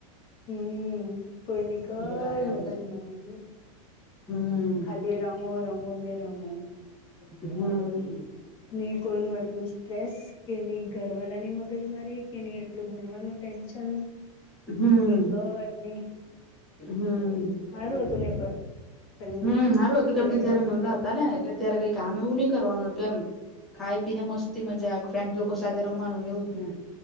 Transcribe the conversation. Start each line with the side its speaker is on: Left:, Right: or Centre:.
Left: હમ કોઈ ની કઈ
Centre: બરાબર
Left: મગજ મારી નઈ
Centre: હમ
Left: ખાલી રમો રમો ને રમો
Centre: હમ
Left: ની કોઈ નું એટલું સ્ટ્રેસ કે ની ઘરવાલાની મગજ મારી કે ની એટલું ભણવાનું ટેન્શન
Centre: હમ
Left: કે કઈ ની
Centre: હમ
Left: મારું હતું ને પણ. પેલા
Centre: હમ હારું હતું કેમ કે જયારે
Left: હતું
Centre: નાનલા
Left: તે
Centre: હતા ને એટલે ત્યારે કઈ કામ એવું નઈ કરવાનું હતું એમ. ખાઈ પી ને મસ્તી મજાક ફ્રેન્ડ લોકો સાથે રમવાનું ને એવું જ ને